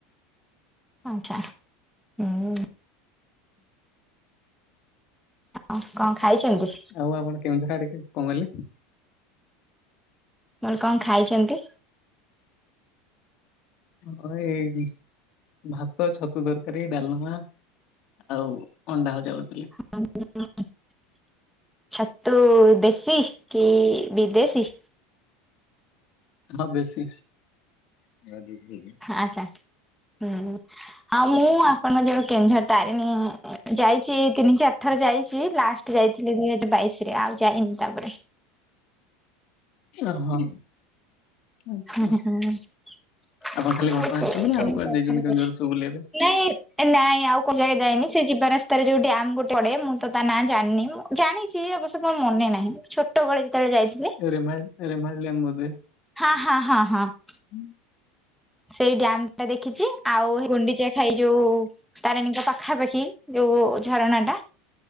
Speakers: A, in the centre; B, on the left.
A: ଆଁଚ୍ଛା, ଉଁ। ଆଉ କଣ ଖାଇଚନ୍ତି?
B: ଆଉ ଆପଣ କେଉଁଝର ଆଡେ କି, କଣ କହିଲେ?
A: ମୁଁ କହିଲି କଣ ଖାଇଚନ୍ତି?
B: ଆମର ଏଇଟି ଭାତ, ଛତୁ ତରକାରୀ, ଡାଲମା। ଆଉ ଅଣ୍ଡା ଭଜା କରିଥିଲେ।
A: <unintelligible> ଛତୁ ଦେଶୀ କି ବିଦେଶୀ?
B: ହଁ ଦେଶୀ। <unintelligible>
A: ଆଚ୍ଛା। ହୁଁ, ଆଉ ମୁଁ ଆପଣଙ୍କ ଯୋଉ କେଉଁଝର ତାରିଣୀ ଯାଇଚି ତିନି ଚାରି ଥରେ ଯାଇଚି, ଲାଷ୍ଟ ଯାଇଥିଲି ଦିଇ ହଜାର ବାଇଶିରେ ଆଉ ଯାଇନି ତାପରେ।
B: ଓହୋ। ଆଚ୍ଛା
A: ହୁଁ ହୁଁ। <unintelligible>
B: ଆପଣ ଖାଲି ଘଟଗାଁ ଆସିଛନ୍ତି ନା ଆଉ କୁଆଡେ ଯାଇଛନ୍ତି କେଉଁଝର ସବୁ ବୁଲିବା ପାଇଁ?
A: ନାଇଁ, ନାଇଁ ଆଉ କୋଉ ଯାକେ ଯାଇନି ସେ ଯିବା ରାସ୍ ସ୍ତାରେ ଯୋଉ ଡ୍ୟାମ୍ ଗୋଟେ ପଡେ ମୁଁ ତ ତା ନାଁ ଜାଣିନି ମୁଁ ଜାଣିଚି ଅବଶ୍ୟ ମୋ ମନେ ନାହିଁ, ମୁଁ ଛୋ ଟବେଳେ ଯେତେବେଳେ ଯାଇଥିଲି
B: ରେମାଲ୍, ରେମାଲ୍ ଡ୍ୟାମ୍ ବୋଧେ?
A: ହାଁ, ହଁ, ହଁ, ହଁ।
B: <inaudible>
A: ସେଇ ଡ୍ୟାମ୍ ଟା ଦେଖିଚି, ଆଉ ଏ ଗୁଣ୍ଡିଚା ଘାଇ ଯୋଉ ତାରିଣୀଙ୍କ ପାଖାପାଖି ଯୋଉ ଝରଣାଟା